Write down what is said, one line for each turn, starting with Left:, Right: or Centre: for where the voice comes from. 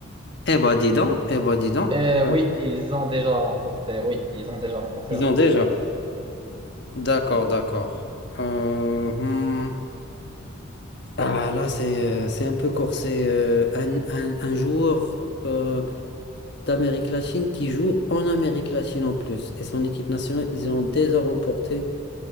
Left: Eh ben, dis donc, eh ben, dis donc.
Right: Euh,
Left: euh,
Right: oui, ils ont déjà remporté. Oui, ils ont déjà remporté
Left: ils
Right: la Coupe
Left: ont déjà.
Right: du Monde.
Left: D'accord, d'accord. Euh, hmm. Ah, là, c'est euh, c'est un peu corsé. euh, un, un- un joueur euh, d'Amérique latine qui joue en Amérique latine en plus. Et son équipe nationale, ils ont déjà remporté